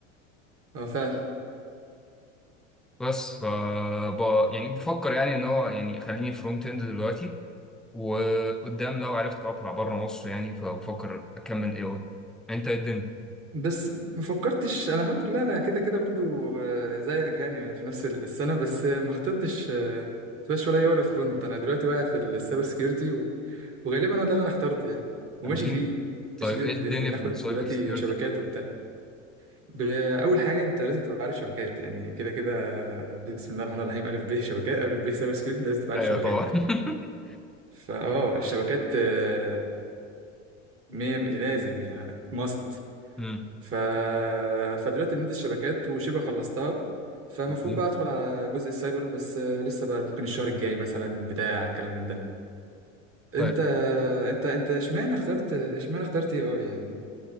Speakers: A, on the right (about 35°); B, in the centre.
A: اه فعلا
B: بس ف ب- يعني بفكر يعني ان هو يعني خليني فرونت اند دلوقتي وقدام لو عرفت اطلع بره مصر يعني فبفكر اكمل اي اي انت ايه الدنيا
A: بس ما فكرتش انا الحمد لله انا كده كده برضو آه، زيك يعني في نفس السنه بس آه، ما اخترتش آه، فلاش ولا اي ولا فرونت انا دلوقتي واقع في السايبر سكيورتي و... وغالبا هو ده اللي انا اخترته يعني وماشي
B: عظيم
A: فيه
B: طيب
A: ماشي دلوقتي
B: ايه الدنيا
A: بناخد
B: في السايبر
A: دلوقتي
B: سيكيورتي
A: شبكات وبتاع ب- اول حاجه انت لازم تبقى عارف شبكات يعني كده كده بسم الله الرحمن الرحيم الف ب <laughs> شبكات الف ب سايبر سكيورتي انت لازم تبقى عارف
B: ايوه
A: شبكات
B: طبعا <laughs>
A: فاه الشبكات آه، مية لازم يعني ماست
B: مم.
A: ف... فدلوقتي بندي الشبكات وشبه خلصتها فالمفروض
B: عظيم
A: بقى ادخل على جزء السايبر بس آه، لسه بقى ممكن الشهر الجاي مثلا بتاع كلام من ده انت
B: طيب
A: انت انت اشمعنى اخترت اشمعنى اخترت اي اي يعني